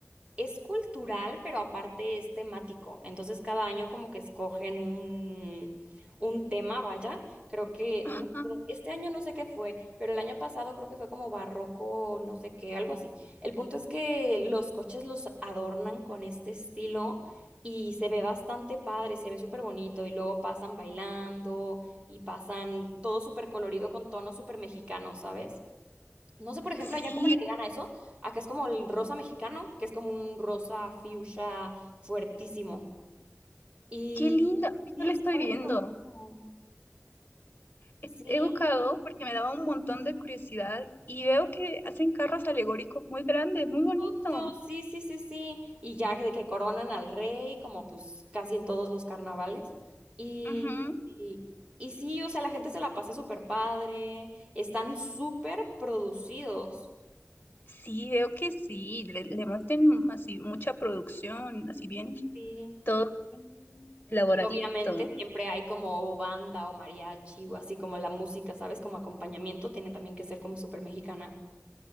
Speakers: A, on the right; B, on the left.
A: Es cultural, pero aparte es temático. Entonces cada año como que escogen un, un tema, vaya. Creo que,
B: Ajá.
A: no me acuerdo, este año no sé qué fue, pero el año pasado creo que fue como barroco, no sé qué, algo así. El punto es que los coches los adornan con este estilo y se ve bastante padre, se ve súper bonito y luego pasan bailando y pasan todo súper colorido con tonos súper mexicanos, ¿sabes? No sé, por ejemplo,
B: Sí,
A: allá cómo le digan a eso. Acá es como el rosa mexicano, que es como un rosa fuchsia fuertísimo. Y
B: qué lindo. Ahorita
A: sí,
B: lo estoy
A: se pone
B: viendo.
A: súper buenísimo.
B: He
A: Sí,
B: he buscado porque me daba un montón de curiosidad y veo que hacen carros alegóricos muy grandes, muy bonitos.
A: justo, sí, sí, sí, sí. Y ya que- de que coronan al rey, como pues casi en todos los carnavales. Y,
B: Ujú.
A: y, y sí, o sea, la gente se la pasa súper padre. Están súper producidos.
B: Sí, veo que sí, le, le meten así mucha producción, así bien,
A: Sí.
B: todo bien elaboradito.
A: Y obviamente siempre hay como banda o mariachi o así como la música, ¿sabes? Como acompañamiento tiene también que ser como súper mexicana.